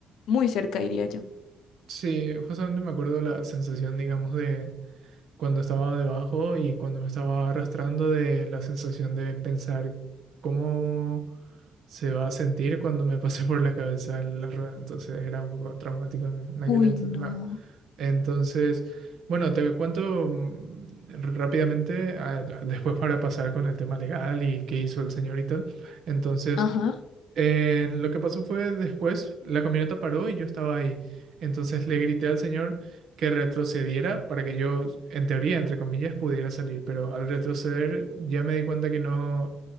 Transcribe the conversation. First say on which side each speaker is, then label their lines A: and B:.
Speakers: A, on the left; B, on the right.
A: muy cerca, diría yo.
B: Sí, justamente me acuerdo la sensación, digamos, de cuando estaba debajo y cuando me estaba arrastrando de la sensación de pensar cómo se va a sentir cuando me pase por la cabeza la rueda. Entonces era un poco traumático en aquel
A: Uy,
B: entonces.
A: no.
B: Ma- Entonces, bueno, te cuento mm, rápidamente, a- a- después para pasar con el tema legal y qué hizo el señor y tal. Entonces...
A: Ajá.
B: Eh, lo que pasó fue después, la camioneta paró y yo estaba ahí. Entonces le grité al señor que retrocediera para que yo, en teoría, entre comillas, pudiera salir. Pero al retroceder ya me di cuenta que no,